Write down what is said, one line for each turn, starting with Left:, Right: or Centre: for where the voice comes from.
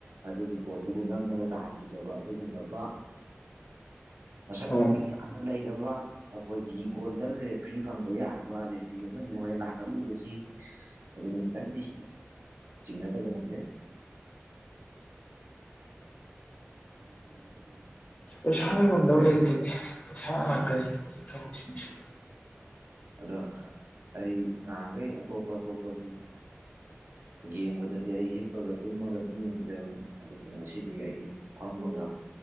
Right: ꯑꯗꯨꯒꯤ ꯄꯣꯠꯇꯨꯕꯨ ꯅꯝꯗꯅ ꯇꯥꯍꯟꯈꯤꯗꯕ ꯑꯗꯨꯒꯨꯝꯂꯕ ꯃꯁꯛ
Left: ꯑꯣ
Right: ꯃꯃꯤꯡ ꯌꯥꯝꯅ ꯂꯩꯔꯕ ꯑꯈꯣꯏꯒꯤ ꯒꯣꯜꯗꯟ ꯔꯦꯐ꯭ꯔꯤ ꯐꯪꯕ ꯌꯥꯔꯕ ꯔꯦꯐ꯭ꯔꯤ ꯑꯃꯅꯤ ꯍꯣꯔꯦꯟ ꯂꯥꯛꯀꯗꯧꯔꯤꯕꯁꯤ ꯑꯗꯨꯅ ꯈꯤꯇꯪꯗꯤ ꯆꯤꯡꯅꯗꯕ ꯉꯝꯗꯦ <inaudible>
Left: ꯄꯩꯁꯥꯅ ꯉꯝꯗꯕ
Right: ꯑꯩ
Left: ꯂꯩꯇꯦꯅꯦ ꯄꯩꯁꯥ ꯉꯥꯛꯇꯅꯤ
Right: ꯑꯣ
Left: ꯊꯕꯛꯁꯤꯡꯁꯤ
Right: ꯑꯗꯣ ꯑꯩ ꯅꯍꯥꯟꯒꯩ ꯑꯇꯣꯞꯄ ꯑꯇꯣꯞꯄꯒꯤ ꯌꯦꯡꯕꯗꯗꯤ ꯑꯩ ꯍꯤꯞꯄꯒ ꯇꯨꯝꯃꯒ ꯑꯗꯨꯝ ꯌꯦꯡꯖꯕꯅꯤ ꯑꯗꯨꯕꯨ ꯉꯁꯤꯗꯤ ꯑꯩ ꯐꯝꯃꯒ